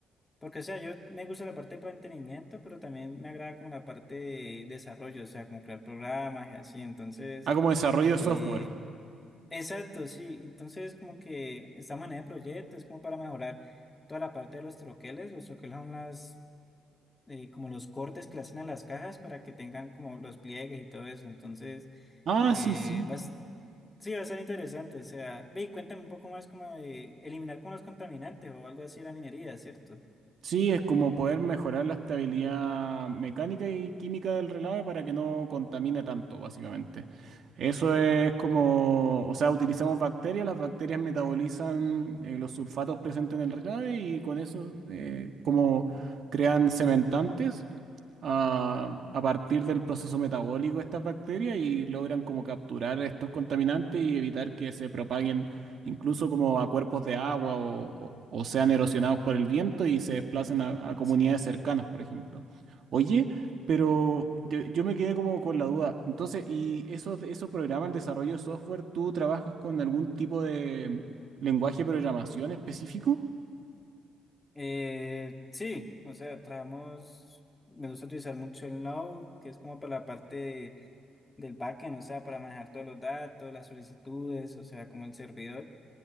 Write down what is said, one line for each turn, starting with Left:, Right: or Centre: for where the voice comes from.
Left: porque, o sea, yo me gusta la parte de mantenimiento, pero también me agrada como la parte de desarrollo, o sea, como crear programas y así, entonces...
Right: Ah, como desarrollo de
Left: Eh,
Right: software.
Left: Exacto, sí. Entonces, como que esta manera de proyecto es como para mejorar toda la parte de los troqueles. Los troqueles son las, eh, como los cortes que le hacen a las cajas para que tengan como los pliegues y todo eso. Entonces,
Right: Ah,
Left: eh,
Right: sí, sí.
Left: vas, sí, va a ser interesante. O sea, ve y cuéntame un poco más como de eliminar como los contaminantes o algo así de la minería, ¿cierto?
Right: Sí, es como poder mejorar la estabilidad mecánica y química del relave para que no contamine tanto, básicamente. Eso es como, o sea, utilizamos bacterias, las bacterias metabolizan eh, los sulfatos presentes en el relave y con eso eh, como crean cementantes a, a partir del proceso metabólico de estas bacterias y logran como capturar estos contaminantes y evitar que se propaguen incluso como a cuerpos de agua o, o- o sean erosionados por el viento y se desplacen a, a comunidades
Left: Sí.
Right: cercanas, por ejemplo. Oye, pero yo, yo me quedé como con la duda. Entonces, ¿y esos, esos programas, el desarrollo de software, tú trabajas con algún tipo de lenguaje de programación específico?
Left: Eh, sí, o sea, trabajamos, me gusta utilizar mucho el Node, que es como para la parte del backend, o sea, para manejar todos los datos, las solicitudes, o sea, como el servidor,